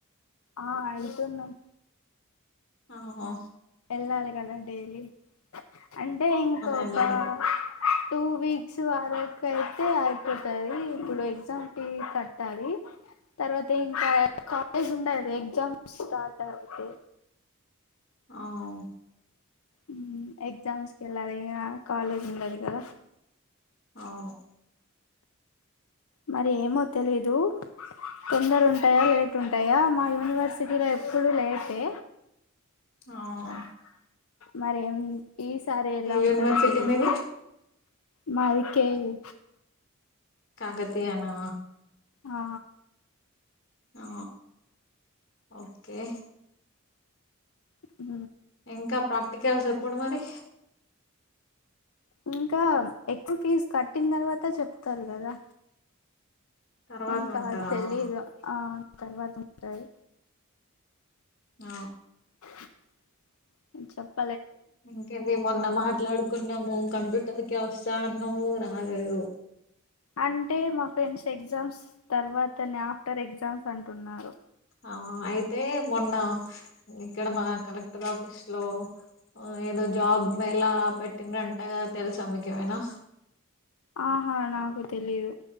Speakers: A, on the left; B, on the left.
A: ఆ అయితున్నమ్
B: ఆ హో
A: ఎలాలి గదా డైలీ అంటే ఇంకొక
B: వెళ్ళాలి
A: టూ వీక్స్ వరకు అయితే ఐపోతాది ఇప్పుడు ఎగ్జామ్ ఫీ కట్టాలి తర్వాత ఇంకా కాలేజ్ ఉండది ఎగ్జామ్ స్టార్ట్ అవుతే
B: ఆవ్
A: ఊ ఎగ్సామ్స్ కెల్లారిగా కాలేజ్ ఉండది కదా
B: ఔను
A: మరి ఏమో తెలీదు తొందర ఉంటాయా లేట్ ఉంటాయా మా యూనివర్సిటీలో ఎప్పుడూ లేటే
B: అవ్
A: మరేం ఈ సారి ఎలా ఉంటాదో
B: యూనివర్సిటీ
A: తెలీదు
B: మీది
A: మాది కే యూ
B: కాకతీయా నా
A: ఆ
B: ఆ ఓకే
A: ఉ
B: ఇంకా ప్రాక్టికల్స్ ఎప్పుడు మరి
A: ఇంకా ఎక్కువ ఫీజు కట్టిన తర్వాత చెప్తారు కదా
B: తర్వాత
A: ఇంకా
B: ఉంటదా
A: అ తెలి ఇదు ఆ తర్వాత ఉంటయి
B: అ
A: అ
B: ఇంకేది మొన్న మాట్లాడుకున్నాము కంప్యూటర్ ర్కి అవసా అన్నో రాలదు
A: అంటే మా ఫ్రెండ్స్ ఎగ్జామ్స్ తర్వాతని ఆఫ్టర్ ఎగ్జామ్స్ అంటున్నారు
B: ఆ అయితే మొన్న ఇక్కడ మన కలెక్టర్ ఆఫీస్ లో ఏదో జాబ్ ఎలా పెట్టిందింటా తెలుసా మీకేమైనా
A: ఆహా నాకు తెలీదు